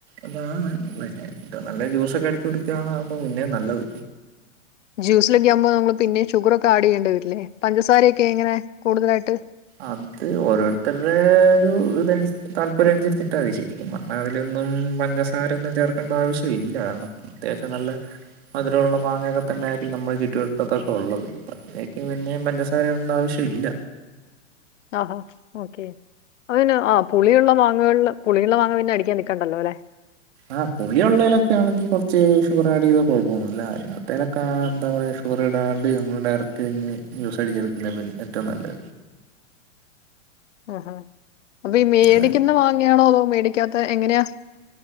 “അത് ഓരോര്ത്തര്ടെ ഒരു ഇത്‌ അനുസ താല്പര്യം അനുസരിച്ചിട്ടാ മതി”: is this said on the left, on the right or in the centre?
Right